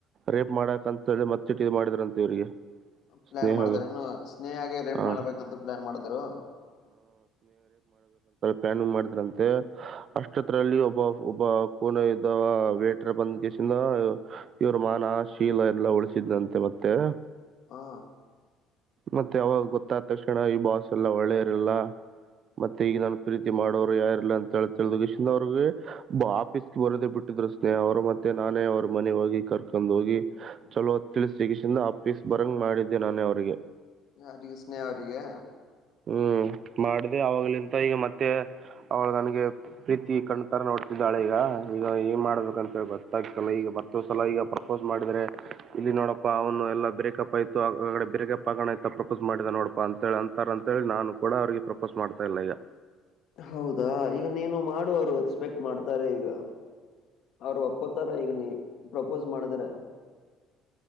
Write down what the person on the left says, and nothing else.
ಪ್ಲಾನ್
ಮಾಡಿದ್ರ ಇನ್ನು ಸ್ನೇಹಾಗೆ ರೇಪ್
ಮಾಡ್ಬೇಕಂತೂ ಪ್ಲಾನ್ ಮಾಡಿದರು
ಹಾ
ಯಾರಿಗೆ ಸ್ನೇಹ ಅವರಿಗೆ
ಹೌದಾ ಈಗ ನೀನು ಮಾಡುವರು ಎಕ್ಸ್ ಪೆಟ್ ಮಾಡ್ತಾರೆ <unintelligible> ಈಗ ಅವ್ರು ಒಪ್ಕೋತಾರ ಈಗ ನೀ ಪ್ರಪೋಸ್ ಮಾಡಿದ್ರ